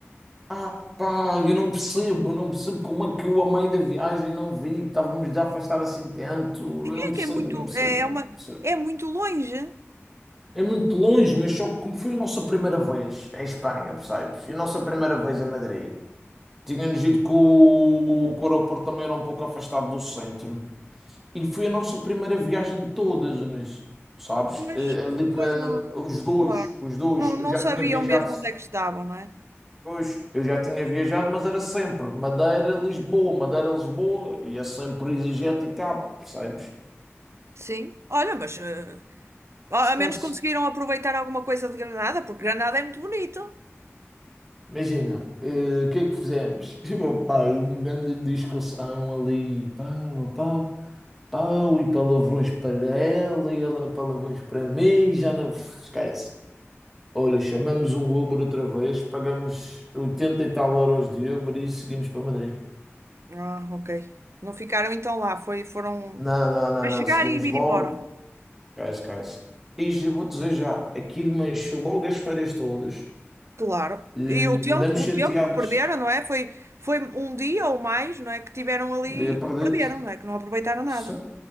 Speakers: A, in the centre; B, on the right.
A: Ah, pá, eu não percebo, eu não percebo como é que eu, a meio da viagem, não vi que estávamos a afastar assim tanto. Eu não
B: É
A: percebo,
B: que é muito,
A: eu não percebo,
B: é, é
A: eu não
B: uma,
A: percebo.
B: é muito longe,
A: É muito longe, mas só que como foi a nossa primeira vez em Espanha, percebes? E a nossa primeira vez em Madrid. Tínhamos ido que o, o, que o aeroporto também era um pouco afastado do centro. E foi a nossa primeira viagem de todas, nisso. Sabes?
B: mas
A: Eh, Ali para
B: pois não,
A: os dois,
B: claro,
A: os dois.
B: não, não
A: Eu já
B: sabiam
A: tinha viajado
B: mesmo onde é que estavam, não é?
A: Pois, eu já tinha viajado, mas era sempre Madeira, Lisboa, Madeira, Lisboa, e é sempre EasyJet e TAP, percebes?
B: Sim, olha, mas ah,
A: Esquece.
B: A ao menos conseguiram aproveitar alguma coisa de Granada, porque Granada é muito bonito.
A: Imagina, eh, o que é que fizemos? <laughs> Pá, é uma grande discussão ali, pau, pau, pau, e palavrões para ela, e ela palavrões para mim, já não esquece. Olha, chamamos um Uber outra vez, pagamos 80 e tal euros de Uber e seguimos para Madrid.
B: Ah, ok. Não ficaram então lá, foi, foram
A: Não, não, não,
B: para
A: não,
B: chegar
A: seguimos
B: e vir
A: logo.
B: embora.
A: Esquece, esquece. E já vou dizer já, aquilo mexeu logo as feiras todas.
B: Claro. E
A: E
B: o tempo,
A: andamos
B: o
A: chateados.
B: tempo que perderam, não é? Foi, foi um dia ou mais, não é? Que tiveram ali,
A: Um dia perdido.
B: que perderam, não é? Que não aproveitaram nada.
A: Sim,